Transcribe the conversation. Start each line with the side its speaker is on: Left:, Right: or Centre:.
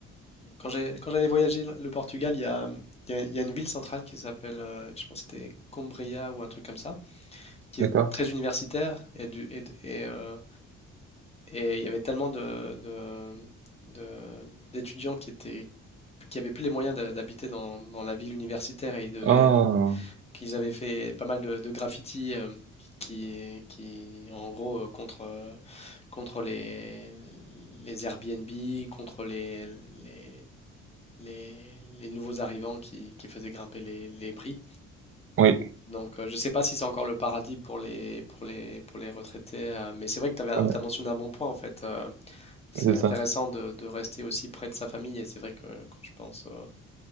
Left: quand j'ai, quand j'allais voyager le le Portugal, il y a, il y a- il y a une ville centrale qui s'appelle, euh, je pense que c'était Coimbra ou un truc comme ça, qui
Right: d'accord.
Left: est très universitaire et, du, et, de- et, euh, et il y avait tellement de, de- de- d'étudiants qui étaient, qui avaient plus les moyens d'a- d'habiter dans, dans la ville universitaire et ils devaient,
Right: Ah,
Left: euh, qu'ils avaient fait pas mal de, de graffitis euh, qui, qui, en gros, euh, contre, euh, contre les, les Airbnb, contre les, les les, les nouveaux arrivants qui, qui faisaient grimper les, les prix.
Right: oui,
Left: Donc, euh, je ne sais pas si c'est encore le paradis pour les, pour les, pour les retraités, euh, mais c'est vrai que tu as
Right: ouais,
Left: mentionné un bon point, en fait. euh, c'est
Right: c'est
Left: intéressant
Right: ça.
Left: de, de rester aussi près de sa famille, et c'est vrai que quand je pense euh,